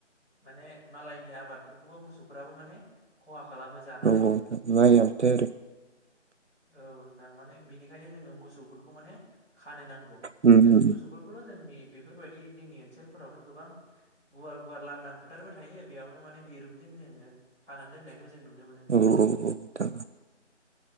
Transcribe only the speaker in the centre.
माने मालायनि आबादफोरखौबो मोसौफ्राबो माने खहा खालामो जानानै
औ नोंथां माने बिनिखायनो जोङो मोसौफोरखौ माने खानो नांगौ।
ओरैनो
मोसौफोरखौथ' जोंनि बेफोरबायदि जोंनि ओनसोलफोरावथ' गोबां गुवार गुवार लांदां फोथारबो थायो बेयावनो माने दिरुंजों जोङो खानानै दोननायखौ जों नुनो मोनो नोंथां।